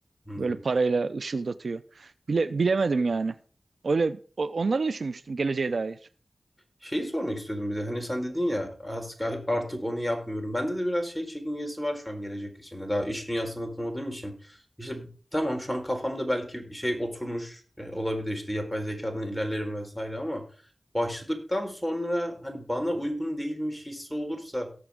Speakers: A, in the centre; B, on the right (about 80°).
A: Anladım.
B: Böyle parayla ışıldatıyor. Bile, bilemedim yani. Öyle o- onları düşünmüştüm geleceğe dair.
A: Şeyi sormak istiyordum bir de. Hani sen dedin ya artık, artık onu yapmıyorum. Bende de biraz şey çekingesi var şu an gelecek için. hani Daha iş dünyasına atılmadığım için. İşte tamam şu an kafamda belki şey oturmuş e, olabilir işte yapay zekadan ilerlerim vesaire ama başladıktan sonra hani bana uygun değilmiş hissi olursa